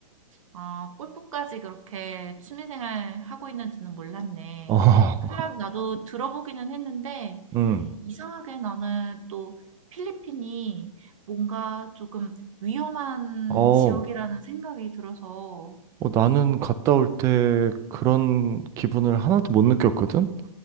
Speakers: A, on the right; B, on the right.
A: 아, 골프까지 그렇게 취미생활 하고 있는지는 몰랐네.
B: 어,
A: 클럽
B: <laughs>
A: 나도 들어보기는 했는데,
B: 응,
A: 이상하게 나는 또 필리핀이 뭔가 조금 위험한
B: 어,
A: 지역이라는 생각이 들어서,
B: 어, 나는 갔다 올 때 그런 기분을 하나도 못 느꼈거든?